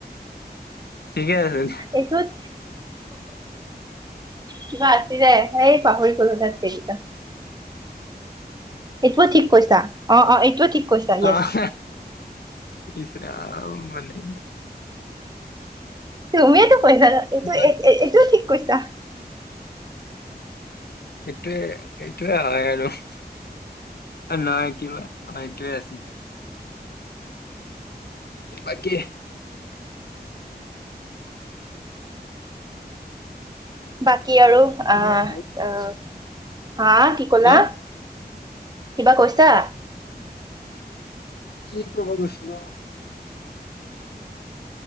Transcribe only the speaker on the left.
ঠিকে আছে
আহ ইছ ৰাম মানে
বাট
এইটোৱে-এইটোৱে হয় আৰু নাই কিবা অ এইটোৱে আছিলে। বাকী
কিমান
হা
কি কৰবা গৈছিলো?